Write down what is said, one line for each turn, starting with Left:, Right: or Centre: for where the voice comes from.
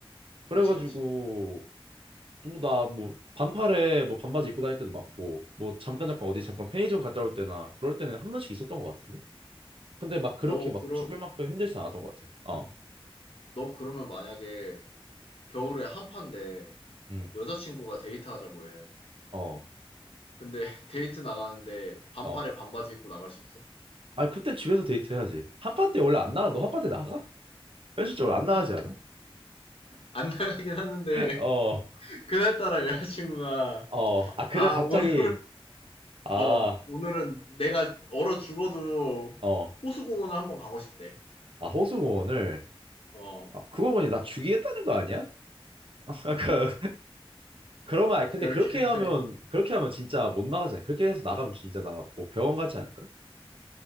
Right: 그래가지고
Left: 그치, 그치.
Right: 또나뭐 반팔에 뭐 반바지 입고 다닐 때도 많고 뭐 잠깐 잠깐 어디 잠깐 편의점 갔다 올 때나 그럴 때는 한 번씩 있었던 것 같은데? 근데 막 그렇게
Left: 너
Right: 막
Left: 그러
Right: 죽을 만큼 힘들진 않았던 것 같아. 어,
Left: 너 그러면 만약에 겨울에 한파인데
Right: 음,
Left: 여자친구가 데이트하자고 해.
Right: 어,
Left: 근데 <laughs> 데이트 나가는데 반팔에
Right: 어.
Left: 반바지 입고 나갈 수 있어?
Right: 아니 그땐 집에서 데이트해야지. 한파 때 원래 안 나가. 너 한파 때 나가? 현실적으로 안 나가지
Left: <laughs>
Right: 않아?
Left: 안 나가긴 하는데
Right: <laughs> 어.
Left: <laughs> 그날따라 여자친구가
Right: 어, 아, 그날
Left: 아
Right: 갑자기,
Left: 오늘
Right: 아,
Left: 어 오늘은 내가 얼어 죽어도
Right: 어,
Left: 호수공원을 한번 가고 싶대.
Right: 아, 호수공원을,
Left: 어
Right: 아, 그거 보니 나 죽이겠다는 거 아니야? <laughs> 약간, 그러면, 아니, 근데
Left: 그렇게
Right: 그렇게
Left: 하네.
Right: 하면, 그렇게 하면 진짜 못 나가잖아. 그렇게 해서 나가면 진짜 나 뭐 병원 가지 않을까?